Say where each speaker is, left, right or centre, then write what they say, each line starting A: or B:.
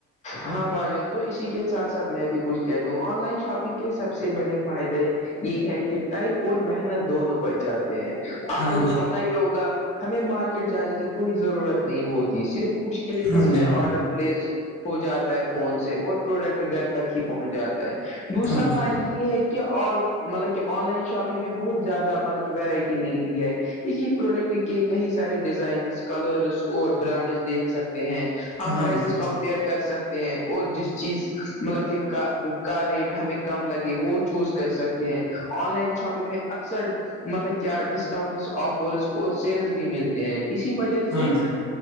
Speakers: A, on the left; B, on the left.
A: ہاں بھائی جان تو اسی کے ساتھ ساتھ میں بھی کچھ کہہ دوں آن لائن شاپنگ کے سب سے بڑے فائدے یہ ہے کہ ٹائم اور محنت دونوں بچاتے ہیں آپ
B: ہاں
A: کو تو
B: جی
A: پتا ہی ہوگا ہمیں مارکیٹ جانے کی کوئی ضرورت نہیں ہوتی صرف کچش کے لے کے
B: ہاں
A: اس میں
B: جی
A: آرڈر پلیس ہو جاتا ہے فون سے اور پروڈکٹ گھر تک ہی پہنچ جاتا ہے دوسرا
B: ہاں جی
A: فائدہ یہ ہے کہ اور مطلب کہ آن لائن شاپنگ میں بہت زیادہ مطلب کہ ویرائٹی مل رہی ہے ایک یہ پروڈکٹ کے کئی سارے ڈیزائنس کلرس اور برانڈس دیکھ سکتے ہیں ہم
B: ہاں
A: پرائزز
B: جی
A: کمپیئر کر سکتے ہیں اور جس چیز مطلب کہ کا کا ریٹ ہمیں کم لگے وہ چوز کر سکتے ہیں آن لائن شاپنگ میں اکصر مطلب کیا ڈسکاؤنٹس آفرس اور سیلز بھی مل ہیں اسی وجہ
B: ہاں
A: سے
B: جی